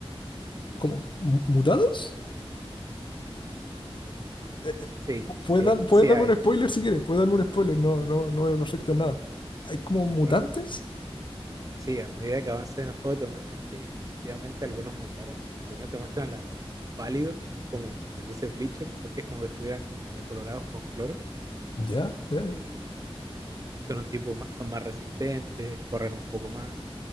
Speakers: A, on the left; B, on the right.
A: ¿Cómo? ¿Mu- ¿Mutados? Eh, eh,
B: Sí,
A: pu-
B: sí,
A: ¿puedes dar- puedes
B: sí
A: darme
B: hay.
A: un spoiler si quieres? ¿Puedes darme un spoiler? No, no, no me afecta en nada. ¿Hay como mutantes?
B: Bueno, Sí, a medida que avanzas en el juego te muestran que efectivamente algunos mutaron. Primero te muestran a los pálidos, son como, les dice bleachers, porque es como que estuvieran decolorados con cloro
A: Ya, ya, ya.
B: y son un tipo más, son más resistentes, corren un poco más.